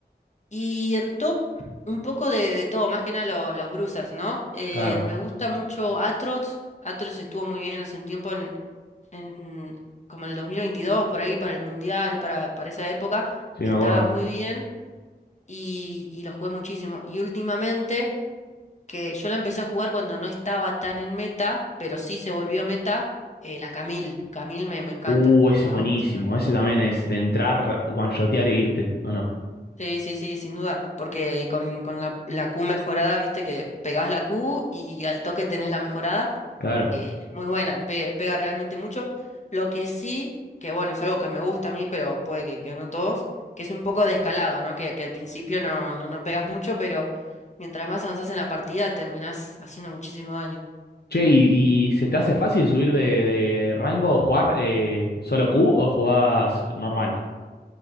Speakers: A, on the left; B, on the left.
A: Y en top, un poco de, de todo, más que nada lo- los bruisers, ¿no? Eh,
B: Claro,
A: me gusta mucho Atrox. Atrox estuvo muy bien hace un tiempo en, en como en el 2022, por ahí, para el Mundial, para, para esa época.
B: sí,
A: Estaba
B: me acuerdo.
A: muy bien y, y lo jugué muchísimo. Y últimamente... que yo la empecé a jugar cuando no estaba tan en meta, pero sí se volvió meta, eh, la Camille. Camille me, me encanta,
B: Uh, ese
A: muy
B: es buenísimo.
A: buen personaje.
B: Ese también es de entrar, one-shotear e irte, ¿o no?
A: Sí, sí, sí, sin duda, porque con, con la, la Q mejorada, viste que pegás la Q y al toque tenés la mejorada,
B: Claro.
A: eh, es muy buena, pe- pega realmente mucho. Lo que sí, que bueno, es algo que me gusta a mí, pero puede que, que no todos, que es un poco de escalado, ¿no? Que, que al principio no, no, no pegas mucho, pero mientras más avanzas en la partida terminás haciendo muchísimo daño.
B: Che, ¿y, y se te hace fácil subir de, de rango o jugar eh, solo Q o jugás normal?